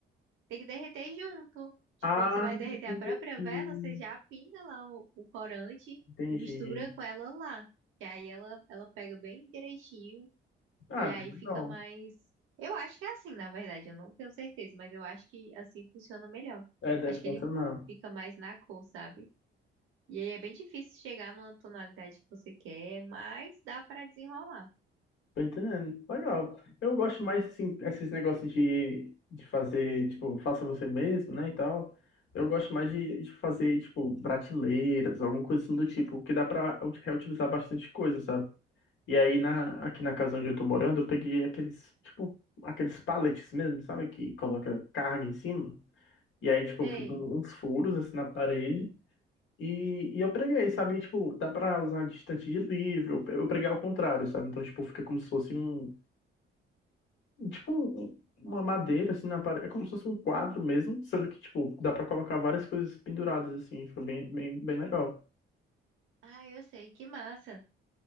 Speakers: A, on the right; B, on the left.
A: tem que derreter junto. Tipo,
B: Ah,
A: quando você vai derreter
B: entendi.
A: a própria vela, você já pinga lá o, o corante
B: Entendi.
A: e mistura com ela lá. Que aí ela, ela pega bem direitinho
B: Ah,
A: e aí
B: bem legal.
A: fica mais. Eu acho que é assim, na verdade, eu não tenho certeza, mas eu acho que assim funciona melhor.
B: É, deve
A: Acho que
B: funcionar.
A: ele fica mais na cor, sabe? E aí é bem difícil chegar numa tonalidade que você quer, mas dá pra desenrolar.
B: Tô entendendo. Legal. Eu gosto mais, assim, esses negócios de, de fazer, tipo, faça você mesmo, né, e tal. Eu gosto mais de, de fazer, tipo, prateleiras, alguma coisa assim do tipo, que dá pra reutilizar bastante coisa, sabe? E aí, na, aqui na casa onde eu tô morando, eu peguei aqueles, tipo, aqueles pallets mesmo, sabe? Que coloca carga em cima. E aí, tipo,
A: Sei.
B: eu fiz um- uns furos assim na parede. E, e eu preguei, sabe? E, tipo, dá pra usar distante de livro. Eu eu preguei ao contrário, sabe? Então, tipo, fica como se fosse um. Tipo, um- um, uma madeira assim na parede. É como se fosse um quadro mesmo. Sendo que, tipo, dá pra colocar várias coisas penduradas assim. Fica bem, bem, bem legal.
A: Ah, eu sei, que massa.